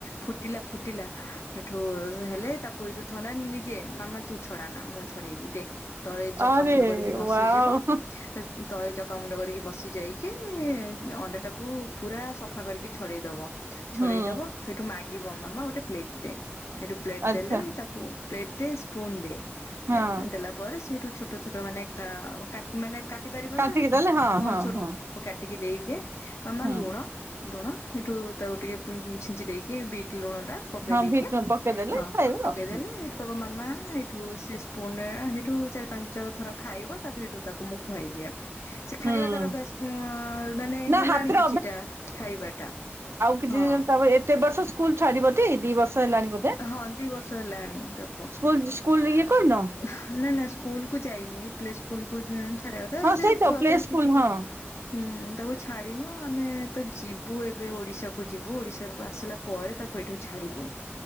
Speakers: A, on the left; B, on the right.
A: ଫୁଟିଲା ଫୁଟିଲା ଏଠୁ ହେଲେ ତାକୁ ଥରେ ଯେ ମାମା ତୁ ଛଡା ନା ମୁଁ ଛଡେଇବି ଦେ। ତଳେ ଚକାମୁଣ୍ଡ
B: ଆରେ
A: କରିକି ବସିଯିବ
B: ୱାଓ
A: ତଳେ ଚକାମୁଣ୍ଡ କରିକି ବସି ଯାଇକି ଅଣ୍ଡା ଟାକୁ ପୁରା ସଫା କରିକି ଛଡେଇ ଦବ। ଛଡେଇଦବ
B: ହୁଁ
A: ସେଇଠୁ ମାଗ ଗିବ ମାମା ଗୋଟେ ପ୍ଲେଟ୍ ଦେ। ଏଠୁ ପ୍ଲେଟ
B: ଆଚ୍ଛା
A: ଦେଲେ ତାକୁ ପ୍ଲେଟ ଦେ ସ୍ପୁନ୍ ଦେ
B: ହଁ
A: ଏଁ ଦେଲା ପରେ ସିଏ ହେଠୁ ଛୋଟ ଛୋଟ ମାନେ କା ଓ କାଟ ମାନେ କା କାଟି ପାରିବନି
B: କାଟିକି
A: ତ
B: ଦେଲେ ହଁ ହଁ
A: ଛୋଟ
B: ହଁ
A: କାଟିକି ଦେଇଦିଏ ମାମା
B: ହୁଁ।
A: ଲୁଣ, ଲୁଣ ହେଠୁ ତାକୁ ଟିକେ ହୁଁ ହୁଁ ଛିଞ୍ଚି ଦେଇ କି ବିଟ୍ ଲୁଣ ଟା ପକେଇ
B: ହଁ
A: ଦେଇକି
B: ଭିଟ ପକେଇଦେଲେ
A: ହଁ
B: ଖାଇବ
A: ପକେଇଦେଲେ
B: ଆଉ
A: ହେଠୁ କହିବ ମାମା ହେଇଠୁ ସେ ସ୍ପୁନରେ ହେଇଠୁ ଚାରି ପାଞ୍ଚ ଥର ଖାଇବ ତାପରେ ହେଟୁ ତାକୁ ମୁଁ ଖୁଆଇଦିଏ ସେ ଖାଇବା
B: ହୁଁ।
A: ତାର ଅଭ୍ୟାସ ଅଁ ମାନେ
B: ନା
A: ହେଲାଣି
B: ହାତରେ
A: କିଛିଟା ଖାଇବା ଟା
B: କିଛିଦିନ
A: ହଁ
B: ତା ପରେ ଏତେ ବର୍ଷ ସ୍କୁଲ ଛାଡିବ ଟି ଦି ବର୍ଷ ହେଲାଣି ବୋଧେ
A: ହଁ ଦି ବର୍ଷ ହେଲାଣି ତାକୁ,
B: ସ୍କୁଲ ସ୍କୁଲ
A: ଏଁ
B: ଇଏ କରିନ
A: ନା ନା ସ୍କୁଲ କୁ ଯାଇନି ଏ ପ୍ଲେ ସ୍କୁଲ୍ ସ୍କୁଲକୁ ଯେ ଛାଡିବା କଥା
B: ହଁ
A: ସେ
B: ସେଇ
A: ଛୁଆ
B: ପ୍ଲେ
A: ତ ଏଇଠି
B: ସ୍କୁଲ
A: ଟିକେ
B: ହଁ
A: ହୁଁ ତାକୁ ଛାଡିନୁ ଆମେ ତ ଯିବୁ ଏବେ ଓଡିଶା କୁ ଯିବୁ ଓଡିଶାରୁ ଆସିଲା ପରେ ତାକୁ ଏଠୁ ଛାଡ଼ିବ।